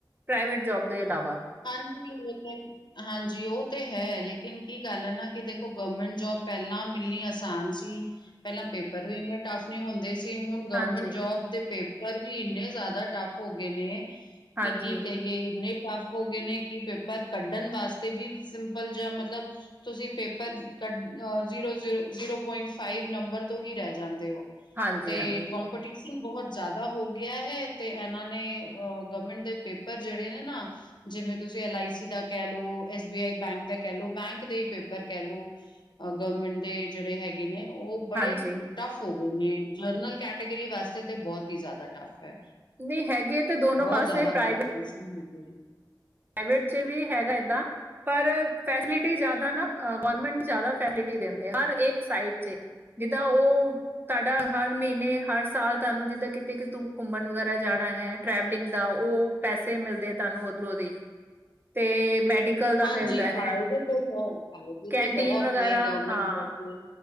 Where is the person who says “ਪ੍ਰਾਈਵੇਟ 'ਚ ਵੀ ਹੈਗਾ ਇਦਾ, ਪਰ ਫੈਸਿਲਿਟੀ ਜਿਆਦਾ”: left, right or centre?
Right